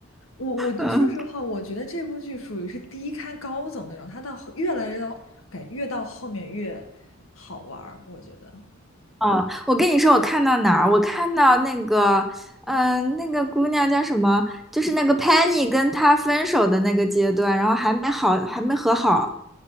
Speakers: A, on the left; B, in the centre.
A: 我我说实话，
B: <laughs>
A: 我觉得这部剧属于是低开高走那种，它到后越来越到感越到后面越好玩儿，我觉得。
B: 嗯，我跟你说，我看到哪儿？我看到那个，嗯、那个姑娘叫什么？就是那个 Penny 跟他分手的那个阶段，然后还没好，还没和好。